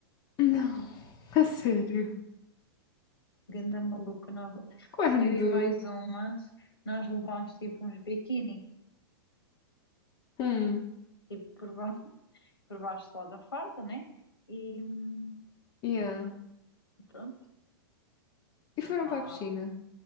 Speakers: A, on the left; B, on the left.
A: Não, <laughs> a sério.
B: Ganda maluca, nós-
A: Quando?
B: eu e mais umas, nós levámos tipo uns biquíni,
A: Hum,
B: tipo por baixo, por baixo lá da farda, né? E hum,
A: yeah.
B: pronto, vamos
A: E foram
B: lá,
A: para a piscina.